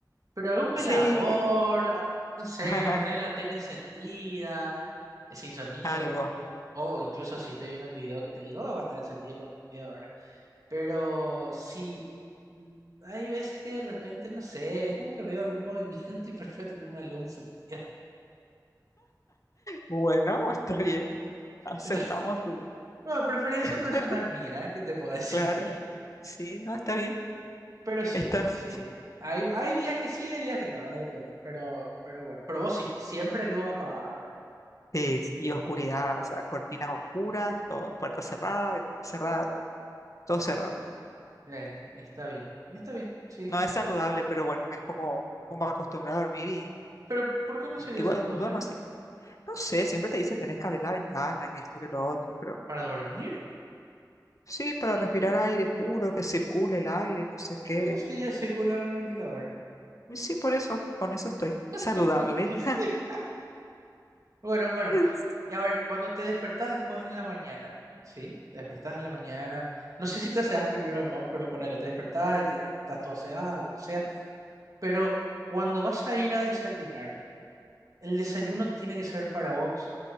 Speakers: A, on the right (about 50°); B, on the left (about 45°).
A: pero algún velador,
B: Sí.
A: ah, no sé,
B: <laughs>
A: poner la tele encendida, eh, sin sonido,
B: Algo.
A: pero, o incluso si estoy viendo el video que te digo, va a estar encendido con el video, ¿verdad? Pero sí, mm, hay veces que de repente, no sé, es como que veo algún <laughs> movimiento y prefiero tener una luz encendida.
B: Bueno, está bien. Aceptamos
A: <laughs>
B: tu.
A: Bueno, preferencia
B: <laughs>
A: personal mía, ¿eh? ¿qué te puedo decir?
B: Claro. Sí, no, está bien.
A: Pero sí,
B: Estás.
A: sí.
B: <laughs>
A: Hay, hay días que sí, hay días que no, eh, depende. Pero, pero bueno, pero vos sí, siempre luz apagada,
B: Sí, y oscuridad, o sea, cortinas oscuras, todo, puerta cerrada, ventana cerrada, todo, todo cerrado.
A: ¿verdad? Eh, está bien, está bien, sí,
B: No
A: sí.
B: es saludable, pero bueno, es como, como acostumbrado a dormir y,
A: Pero ¿por qué
B: y,
A: no sería
B: y bueno,
A: saludable?
B: no duermo así. No sé, siempre te dicen tenés que abrir la ventana, que esto, que lo otro, pero
A: ¿Para dormir?
B: Sí, para respirar aire puro, que circule el aire, no sé qué.
A: Ah, sí, ya circula con el ventilador.
B: Y sí, por eso, con eso estoy
A: <laughs>
B: saludable.
A: Y sí. Bueno, bueno.
B: <laughs>
A: Y a ver, cuando te despertás después en la mañana, ¿sí? Te despertás en la mañana. No sé si te aseás primero o no, pero ponele, te despertás, y te- estás todo aseada, lo que sea. Pero cuando vas a ir a desayunar, el desayuno tiene que ser para vos.